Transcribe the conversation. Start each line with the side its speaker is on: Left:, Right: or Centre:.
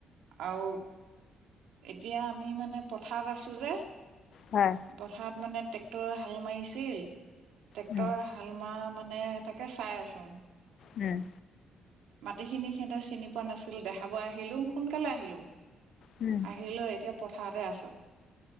Right: আৰু এতিয়া আমি, মানে পথাৰত আছোঁ যে।
Left: হয়,
Right: পথাৰত মানে ট্ৰেক্টৰে হাল মাৰিছিল, ট্ৰেক্টৰ
Left: উম,
Right: হাল মৰা মানে তাকে চাই আছো।
Left: উম।
Right: মাটিখিনি সিহঁতে চিনি পোৱা নাছিল দেখাব আহিলো। সোনকালে আহিলোঁ,
Left: উম,
Right: আহি লৈ এতিয়া পথাৰতে আছোঁ।